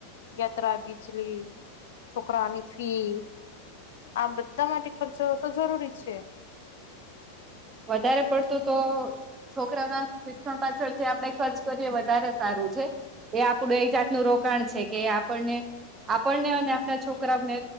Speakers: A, on the left; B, on the right.
A: યાત્રા બિજલી છોકરાની ફી આ બધા માટે ખર્ચ તો જરૂરી છે.
B: વધારે પડતુ તો છોકરાઓના શિક્ષણ પાછળ જે આપડે ખર્ચ કરીએ વધારે સારું છે એ આપણું એક જાતનું રોકાણ છે કે એ આપણને આપણને અને આપના છોકરાઓને